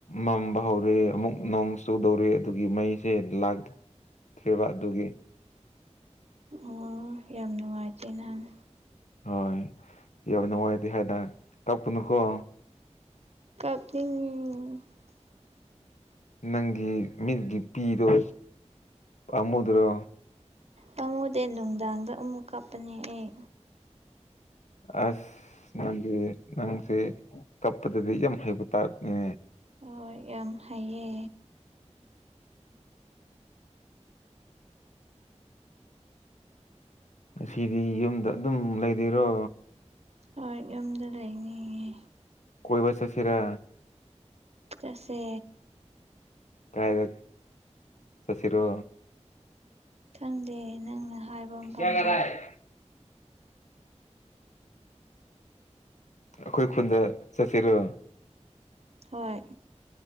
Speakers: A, on the left (about 75°); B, on the right (about 60°).
A: ꯃꯝꯕ ꯍꯧꯔꯦ ꯑꯃꯨꯛ ꯅꯣꯡ ꯆꯨꯗꯧꯔꯦ ꯑꯗꯨꯒꯤ ꯃꯩꯁꯦ ꯂꯥꯛ ꯊ꯭ꯔꯤꯔꯤꯕꯗꯨꯒꯤ
B: ꯑꯣ ꯌꯥꯝ ꯅꯨꯡꯉꯥꯏꯖꯦ ꯅꯍꯪ
A: ꯍꯣꯏ ꯌꯥꯝ ꯅꯨꯡꯉꯥꯏꯔꯗꯤꯦ ꯍꯥꯏꯅ ꯀꯛꯄꯅꯨꯀꯣ
B: ꯀꯞꯇꯤꯡ
A: ꯅꯪꯒꯤ ꯃꯤꯠꯒꯤ ꯄꯤꯔꯣ ꯑꯃꯥꯃꯨꯗ꯭ꯔꯣ
B: ꯄꯥꯃꯨꯗꯤꯦ ꯅꯨꯡꯗꯥꯡꯗ ꯑꯃꯨꯛ ꯀꯥꯞꯄꯅꯦ ꯑꯩ
A: ꯑꯁ ꯅꯪꯗꯤ ꯅꯪꯁꯦ ꯀꯞꯄꯗꯗꯤ ꯌꯥꯝ ꯍꯩꯕ ꯇꯥꯔꯛꯅꯦ
B: ꯍꯣꯏ ꯌꯥꯝ ꯍꯥꯏꯌꯦ
A: ꯑꯁꯤꯗꯤ ꯌꯨꯝꯗ ꯑꯗꯨꯝ ꯂꯩꯔꯤꯔꯣ
B: ꯍꯣꯏ ꯌꯨꯝꯗ ꯂꯩꯅꯤꯌꯦ
A: ꯀꯣꯏꯕ ꯆꯠꯁꯤꯔ
B: ꯆꯁ
A: ꯀꯥꯏꯗ ꯆꯁꯤꯔ
B: ꯈꯪꯗꯦ ꯅꯪꯅ ꯍꯥꯏꯕ ꯑꯃ ꯄꯥꯝꯖ
A: ꯑꯩꯈꯣꯏ ꯑꯩꯈꯣꯏ ꯈꯨꯟꯗ ꯆꯠꯁꯤꯔꯣ
B: ꯍꯣꯏꯣꯏ